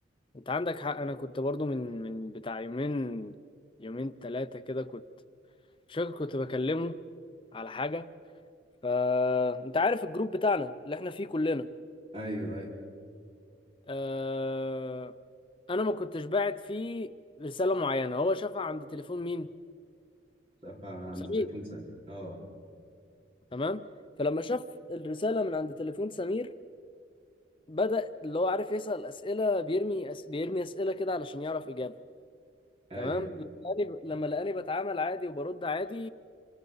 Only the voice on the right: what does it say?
ايوه ايوه
شاف عند
التليفون سام اه
ايوه